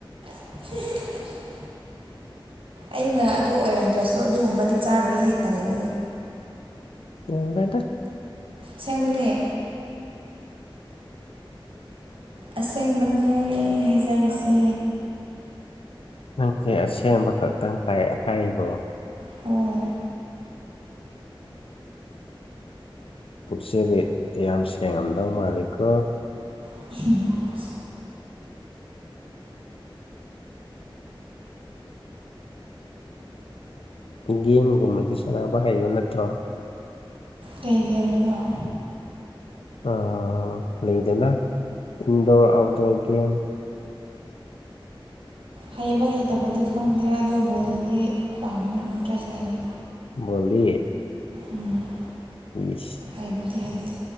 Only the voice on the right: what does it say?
<unintelligible> ꯑꯩꯅ ꯑꯗꯨ ꯑꯣꯏꯔꯝꯗ꯭ꯔꯁꯨ ꯑꯗꯨꯒꯨꯝꯕꯗꯤ ꯆꯥꯔꯣꯏ ꯍꯦ ꯇꯜꯂꯦꯗ
ꯑꯁꯦꯡꯕꯅꯦ ꯑꯁꯦꯡꯕꯅꯦ ꯍꯥꯏꯖꯔꯤꯁꯦ
ꯍꯣꯏ
<unintelligible>
ꯀꯩ <unintelligible> ꯅꫭ
ꯍꯩꯕ ꯍꯩꯇꯕꯗꯤ ꯈꯪꯗꯦ ꯑꯗꯣ ꯕꯣꯜꯂꯤꯗꯤ ꯄꯥꯝꯃꯦ ꯏꯟꯇꯔꯦꯁ ꯂꯩꯌꯦ
ꯎꯝ
ꯍꯩꯕꯨꯗꯤ ꯍꯩꯇꯦ